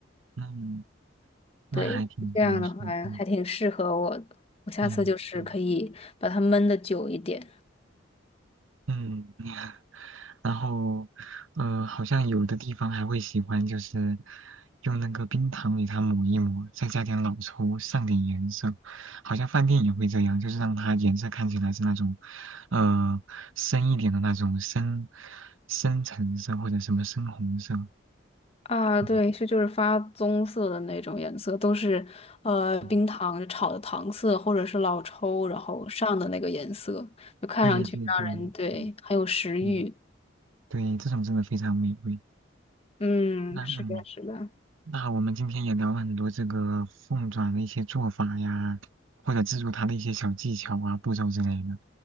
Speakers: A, on the right (about 80°); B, on the left (about 30°).
A: 那
B: <laughs>
A: 那还挺挺不错，
B: 对，这样的话还挺适合我的。
A: 嗯
B: 我下次就是可以把它焖的久一点
A: 嗯。嗯嗯，<laughs> 然后，呃，好像有的地方还会喜欢，就是用那个冰糖给它抹一抹，再加点老抽，上点颜色。好像饭店也会这样，就是让它颜色看起来是那种，呃，深一点的那种深深橙色或者什么深红色。
B: 啊，
A: 嗯，
B: 对，是就是发棕色的那种颜色，都是呃冰糖炒的糖色或者是老抽然后上的那个颜色，
A: 嗯
B: 就看上去让人对很有食欲。
A: 对对对，嗯嗯，对，这种真的非常美味。
B: 嗯，
A: 那嗯，
B: 是的，是的。
A: 那我们今天也聊了很多这个凤爪的一些做法呀，或者制作它的一些小技巧啊、步骤之类的。